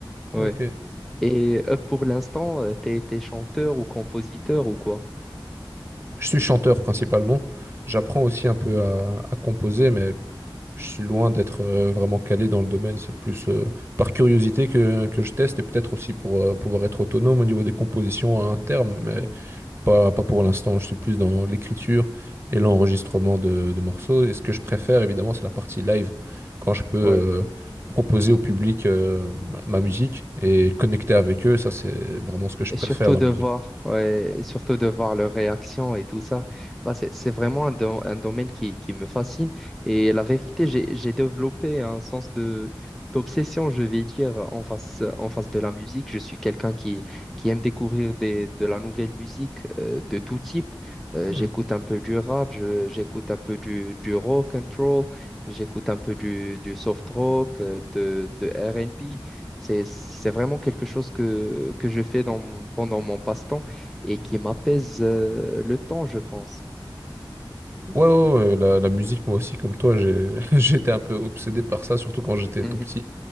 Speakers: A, in the centre; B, on the right (about 30°).
A: Ouais.
B: Ok.
A: Et euh, pour l'instant, euh, t'es, t'es chanteur ou compositeur ou quoi?
B: Je suis chanteur principalement. J'apprends aussi un peu à, à composer, mais Je suis loin d'être euh, vraiment calé dans le domaine. C'est plus euh, par curiosité que, que je teste et peut-être aussi pour euh, pouvoir être autonome au niveau des compositions à un terme,
A: Exactement.
B: mais pas, pas pour l'instant. Je suis plus dans l'écriture et l'enregistrement de, de morceaux. Et ce que je préfère, évidemment, c'est la partie live, quand je peux euh,
A: Ouais.
B: proposer au public euh, ma ma musique et connecter avec eux. Ça, c'est vraiment ce que je
A: Et
B: préfère
A: surtout
B: dans
A: de
B: la musique.
A: voir, ouais, et surtout de voir leurs réactions et tout ça. Bah, c'est, c'est vraiment un, dom- un domaine qui, qui me fascine. Et la vérité, j'ai, j'ai développé un sens de, d'obsession, je vais dire, en face, en face de la musique. Je suis quelqu'un qui, qui aime découvrir des, de la nouvelle musique euh, de tout type. Euh,
B: Hmm.
A: j'écoute un peu du rap, je- j'écoute un peu du, du rock and roll, j'écoute un peu du, du soft rock, euh, de, de R and B c'est, c'est vraiment quelque chose que, que je fais dans, mon- pendant mon passe-temps et qui m'apaise euh, le temps, je pense.
B: Ouais, ouais, ouais, la, la musique, moi aussi, comme toi, j'ai, <laughs> j'étais un peu obsédé par ça, surtout quand j'étais
A: Mhm.
B: tout petit.